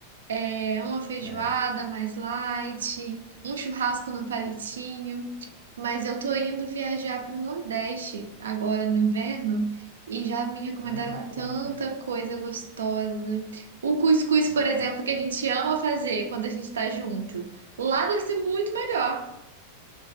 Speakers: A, on the right (about 65°); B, on the left (about 40°).
A: é, uma
B: certo.
A: feijoada mais light, um churrasco no palitinho. Mas eu tô indo viajar para o Nordeste agora no inverno e já me recomendaram
B: Ai, que bacana.
A: tanta coisa gostosa. O cuscuz,
B: Nossa.
A: por exemplo, que a gente ama fazer quando a gente está junto. Lá deve ser muito melhor,